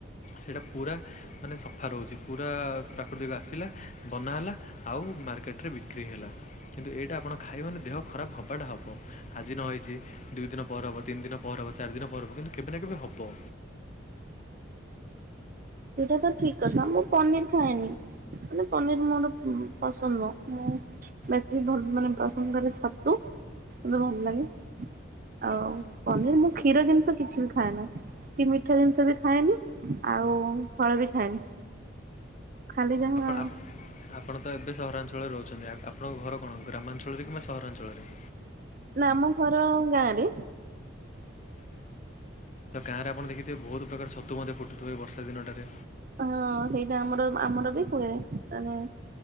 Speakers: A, on the left; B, on the right.
A: ସେଇଟା ପୁରା ମାନେ ସଫା ରହୁଚି। ପୁରା ପ୍ରାକୃତିକ ଆସିଲା ବନା ହେଲା ଆଉ ମାର୍କେଟରେ ବିକ୍ରି ହେଲା। କିନ୍ତୁ ଏଇଟା ଆପଣ ଖାଇ ମାନେ ଦେହ ଖରାପ ହେବାଟା ହେବ ଆଜି ନ ହେଇଚି ଦୁଇ ଦିନ ପରେ ହେବ ତିନିି ଦିନ ପରେ ହେବ ଚାରି ଦିନ ପରେ ହେବ କିନ୍ତୁ କେବେ ନା କେବେ ହବ।
B: ସେଇଟା ତ ଠିକ କଥା ମୁଁ ପନିର ଖାଏନି ମାନେ ପନିର ମୋର ପସନ୍ଦ ନୁହ। ମୁଁ ବାକି ବ ମାନେ ପସନ୍ଦ କରେ ଛତୁ। ମୋତେ ଭଲ ଲାଗେ ଆଉ ପନିର ମୁଁ କ୍ଷୀର ଜିନିଷ କିଛି ବି ଖାଏ ନା। କି ମିଠା ଜିନିଷ ବି ଖାଏନି ଆଉ ଫଳ ବି ଖାଏନି। ଖାଲି ଯାହା
A: ଆ ଆପ ଆପଣ ତ ଏବେ ସହରାଞ୍ଚଳରେ ରହୁଚନ୍ତି ଆପଣଙ୍କ ଘର କଣ ଗ୍ରାମାଞ୍ଚଳ ରେ କିମ୍ବା ସ ସହରାଞ୍ଚଳରେ?
B: ନା ଆମ ଘର ଗାଁରେ।
A: ଆଜ୍ଞା ତ ଗାଁରେ ଆପଣ ଦେଖିଥିବେ ବହୁତ ପ୍ରକାର ଛତୁ ମଧ୍ୟ ଫୁଟୁଥିବ ଏଇ ବର୍ଷା ଦିନଟାରେ
B: ହଁ ସେଇଟା ଆମର ଆମର ବି କୁହେ ମାନେ